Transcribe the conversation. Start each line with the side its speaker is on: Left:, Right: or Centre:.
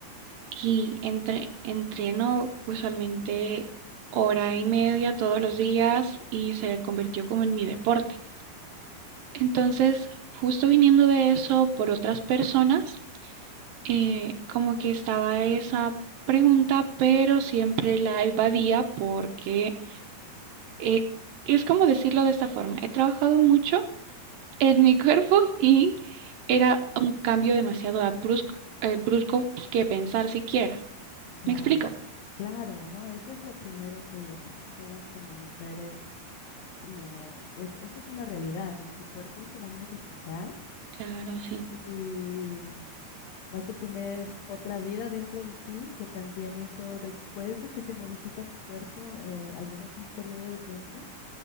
Right: y entre, entreno usualmente hora y media todos los días y se convirtió como en mi deporte. Entonces, justo viniendo de eso por otras personas, eh, como que estaba esa pregunta, pero siempre la evadía porque eh, es como decirlo de esta forma. He trabajado mucho en mi <laughs> cuerpo y era un cambio demasiado abrusco, eh, brusco pues, que pensar siquiera.
Left: Claro,
Right: ¿Me explico?
Left: claro, ¿no? Eso es lo primero que todas como mujeres, no, es- eso es una realidad, ¿no? Tu cuerpo se va a modificar
Right: Claro, sí,
Left: y Vas a tener otra vida dentro de ti, que también eso después de que se modifica tu cuerpo, eh, al menos un periodo de tiempo,